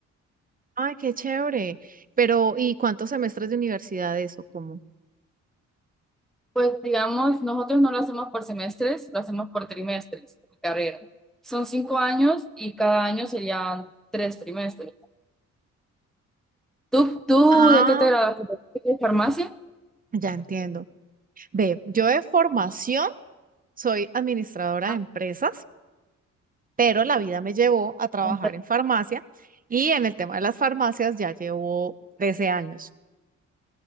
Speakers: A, on the right; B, in the centre.
A: Ay, qué chévere. Pero, ¿y cuántos semestres de universidad eso? ¿Cómo?
B: Pues digamos, nosotros no lo hacemos por semestres, lo hacemos por trimestres, mi carrera. Son cinco años y cada año serían tres trimestres. ¿Tú, tú
A: Ah,
B: de qué te graduaste? ¿De farmacia?
A: ya entiendo. Ve, yo de formación soy administradora
B: Ah,
A: de empresas, pero la vida me llevó a trabajar
B: ok.
A: en farmacia y en el tema de las farmacias ya llevo 13 años.